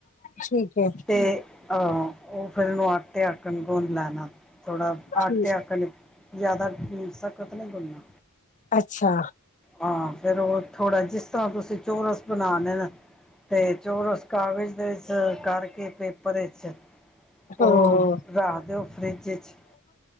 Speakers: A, on the left; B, in the centre.
A: ਠੀਕ ਹੈ
B: ਤੇ ਅਹ ਉਹ ਫੇਿਰ ਇਹਨੂੰ ਆਟੇ ਆਕਣ ਘੁੰਨ ਲੈਣਾ ਥੋੜਾ ਆਟੇ
A: ਠੀਕ
B: ਆਕਣ। ਜਿਆਦਾ ਸਖਤ ਨਹੀਂ ਗੁੰਨਣਾ।
A: ਅੱਛਾ
B: ਹਾਂ ਫਿਰ ਉਹ ਥੋੜ੍ਹਾ ਜਿਸ ਤਰ੍ਹਾਂ ਤੁਸੀਂ ਚੋਰਸ ਬਣਾ ਲ ਨਾ ਅਤੇ ਚੋਰਸ ਕਾਗਜ਼ ਇਸ ਕਰਕੇ ਕਪਰੇ 'ਚ
A: ਹਮ
B: ਉਹ ਰੱਖਦੇ ਉਹ ਫ੍ਰਿੱਜ 'ਚ